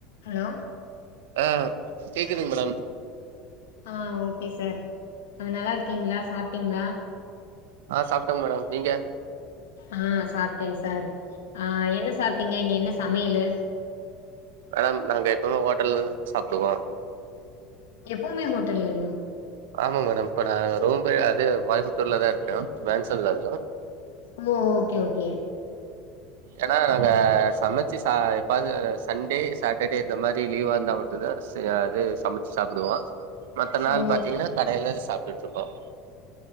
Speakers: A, on the left; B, on the right.
A: ஹலோ
B: ஆஹ் கேக்குதுங் மேடம்
A: ஆஹ் ஓகே சார் நல்லா இருக்கீங்களா சாப்ட்டீங்ளா
B: ஆஹ் சாப்ட்ட மேடம் நீங்க
A: ஆஹ் சாப்புட்டே சார் ஆஹ் என்ன சாப்ட்டீங்க இங்க என்ன சமையலு
B: மேடம் நாங்க எப்பவுமே ஹோட்டல்ல தா சாப்புடுவோம்
A: எப்பவுமே ஹோட்டல்லையா
B: ஆமா மேடம் இப்ப நான் ரொம்ப பே அதே கோயம்புத்தூர்லா தான் இருக்கேன் வேன்சன் ல தா
A: மோ ஓகே ஓகே
B: ஏன்னா நாங்க சமைச்சு சா எப்பாவது சண்டே சாட்டர்டே இந்த மாரி லீவா இருந்தா மட்டுந்தா செ அது சமைச்சு சாப்டுவோ மத்த நாள்
A: ஓ
B: பாத்தீங்கன்னா கடையிலயேதா சாப் <unintelligible>